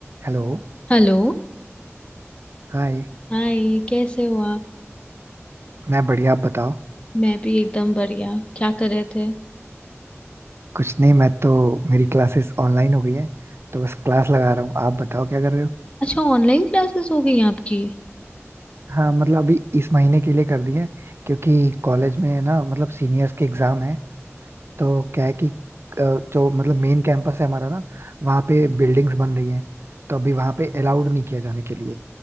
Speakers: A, on the right; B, on the left.
A: Hello
B: Hello
A: Hi
B: Hi कैसे हो आप
A: मैं बढ़िया आप बताओ
B: मैं भी एकदम बढ़िया क्या कर रहे थे
A: कुछ नहीं मैं तो मेरी क्लासेस ऑनलाइन हो गई है तो बस क्लास लगा रहा हूँ आप बताओ क्या कर रहे हो
B: अच्छा ऑनलाइन क्लासेस हो गई आपकी
A: हाँ मतलब अभी इस महीने के लिए कर दी है क्योंकि कॉलेज में ना मतलब सीनियर्स के एग्जाम है तो क्या है कि अ, जो मतलब मेन कैंपस है हमारा ना वहाँ पे बिल्डिंग्स बन रही हैं तो अभी वहाँ पे अलाउड नहीं किया जाने के लिए